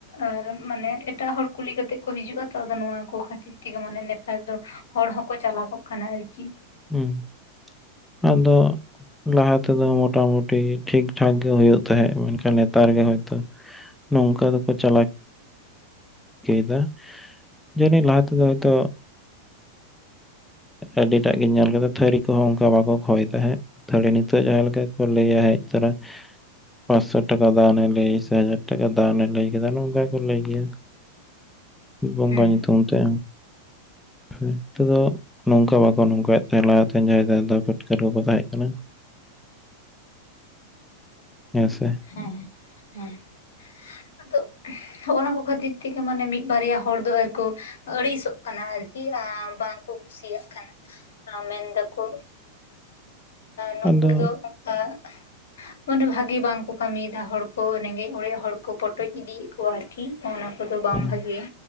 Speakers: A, on the left; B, in the centre.
A: ᱟᱨ ᱢᱟᱱᱮ ᱮᱴᱟᱜ ᱦᱚᱲ ᱠᱩᱞᱤ ᱠᱟᱛᱮᱜ ᱠᱚ ᱦᱤᱡᱩᱜᱼᱟ ᱛᱚ ᱟᱫᱚ ᱱᱚᱣᱟ ᱠᱚ ᱠᱷᱟᱹᱛᱤᱨ ᱛᱮᱜᱮ ᱢᱟᱱᱮ ᱱᱮ ᱱᱮᱛᱟᱨ ᱫᱚ ᱦᱚᱲ ᱦᱚᱸᱠᱚ ᱪᱟᱞᱟᱠᱚᱜ ᱠᱟᱱᱟ ᱟᱨᱠᱤ ᱾
B: ᱦᱩᱸ ᱟᱫᱚ ᱞᱟᱦᱟ ᱛᱮᱫᱚ ᱢᱚᱴᱟ ᱢᱩᱴᱤ ᱴᱷᱤᱠ ᱴᱷᱟᱠ ᱜᱮ ᱦᱳᱭᱳᱜ ᱛᱟᱦᱮᱸᱫ ᱢᱮᱱᱠᱷᱟᱱ ᱱᱮᱛᱟᱨ ᱜᱮ ᱦᱚᱭᱛᱚ ᱱᱚᱝᱠᱟ ᱫᱚᱠᱚ ᱪᱟᱞᱟᱠ ᱪᱤᱠᱟᱹᱭ ᱫᱟ ᱡᱟᱹᱱᱤᱡ ᱞᱟᱦᱟ ᱛᱮᱫᱚ ᱦᱚᱭᱛᱚ
A: <inaudible>
B: ᱟᱹᱰᱤᱴᱟᱜ ᱜᱤᱧ ᱧᱮᱞ ᱠᱟᱫᱟ ᱛᱷᱟᱹᱨᱤ ᱠᱚᱦᱚᱸ ᱚᱱᱠᱟ ᱵᱟᱠᱚ ᱠᱷᱚᱭ ᱛᱟᱦᱮᱸᱫ ᱾ ᱛᱟᱦᱚᱞᱮ ᱱᱤᱛᱚᱜ ᱡᱟᱦᱟᱸ ᱞᱮᱠᱟ ᱠᱚ ᱞᱟᱹᱭᱟ ᱦᱮᱡ ᱛᱚᱨᱟ, ᱯᱟᱸᱪᱥᱚ ᱴᱟᱠᱟ ᱫᱟᱱᱮ ᱞᱟᱹᱭ ᱥᱮ ᱦᱟᱡᱟᱨ ᱴᱟᱠᱟ ᱫᱟᱱᱮ ᱞᱟᱹᱭ ᱠᱮᱫᱟ ᱱᱚᱝᱠᱟ ᱠᱚ ᱞᱟᱹᱭ ᱜᱮᱭᱟ ᱾ ᱵᱚᱸᱜᱟ
A: ᱦᱮᱸ
B: ᱧᱩᱛᱩᱢ ᱛᱮ, ᱱᱤᱛᱚᱜ ᱫᱚ ᱱᱚᱝᱠᱟ ᱵᱟᱠᱚ ᱱᱚᱝᱠᱟ ᱭᱮᱫ ᱛᱟᱦᱮᱸ ᱞᱟᱦᱟᱛᱮᱱ ᱡᱟᱦᱟᱭ ᱫᱟᱫᱟ ᱯᱟᱹᱴᱠᱟᱹᱨ ᱠᱚᱠᱚ ᱛᱟᱦᱮᱸ ᱠᱟᱱᱟ ᱾ ᱦᱮᱸ ᱥᱮ,
A: ᱦᱮᱸ ᱦᱮᱸ, ᱟᱫᱚ ᱦᱚᱜᱼᱚ ᱱᱚᱣᱟ ᱠᱚ ᱠᱷᱟᱹᱛᱤᱨ ᱛᱮᱜᱮ ᱢᱟᱱᱮ ᱢᱤᱫ ᱵᱟᱨᱭᱟ ᱦᱚᱲ ᱫᱚ ᱟᱨᱠᱚ, ᱟᱹᱲᱤᱥᱚᱜ ᱠᱟᱱᱟ ᱟᱨᱠᱤ ᱟᱻ ᱵᱟᱝᱠᱚ ᱠᱩᱥᱤᱭᱟᱜ ᱠᱟᱱᱟ ᱢᱮᱱ ᱫᱟ ᱠᱚ ᱱᱩᱠᱩ
B: ᱟᱫᱚ
A: ᱫᱚ ᱚᱱᱠᱟ ᱢᱟᱱᱮ ᱵᱷᱟᱜᱮ ᱵᱟᱝᱠᱚ ᱠᱟᱹᱢᱤᱭᱮᱫᱟ ᱦᱚᱲ ᱠᱚ ᱨᱮᱸᱜᱮᱡ ᱚᱲᱮᱡ ᱦᱚᱲ ᱠᱚ ᱯᱚᱴᱚᱡ ᱤᱫᱤᱭᱮᱫ ᱠᱚᱣᱟ ᱟᱨᱠᱤ ᱦᱚᱸᱜᱼᱚ ᱱᱟ ᱠᱚᱫᱚ ᱵᱟᱝ
B: ᱦᱮᱸ
A: ᱵᱷᱟᱜᱤᱭᱟ᱾